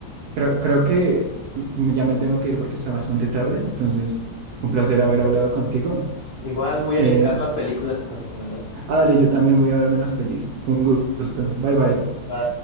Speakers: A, on the right; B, on the left.
A: creo, creo que m- ya me tengo que ir porque está bastante tarde, entonces fue un placer haber hablado contigo.
B: Igual voy a
A: Eh,
B: checar las películas que me recomendaste.
A: ah, dale, yo también voy a verme las pelis. Fue un gu- gusto. Bye bye.
B: Va.